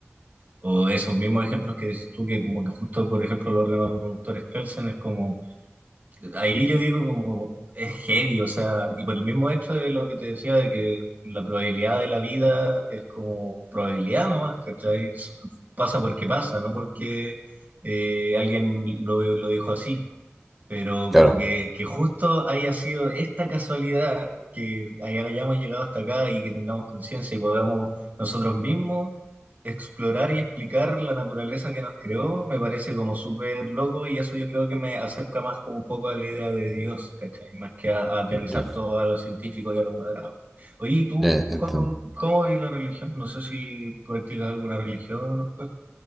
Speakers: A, on the right; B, in the centre.
A: O esos mismos ejemplos que dices tú, que como que justo, por ejemplo, los órganos reproductores calcen, es como, ahí yo digo como, es heavy, o sea, y por el mismo hecho de lo que te decía, de que la probabilidad de la vida es como probabilidad nomás, ¿cachai? S- Pasa porque pasa, no porque eh, alguien lo, lo dijo así pero
B: claro,
A: como que, que justo haya sido esta casualidad que hayamos llegado hasta acá y que tengamos conciencia y podamos nosotros mismos explorar y explicar la naturaleza que nos creó, me parece como súper loco y eso yo creo que me acerca más como un poco a la idea de Dios, ¿cachai? Más que a, a aterrizar
B: ya,
A: todo a lo científico y a lo cuadrado. Oye, ¿y tú,
B: ya entiendo.
A: Juaco, cómo es la religión? No sé si practicas alguna religión o no.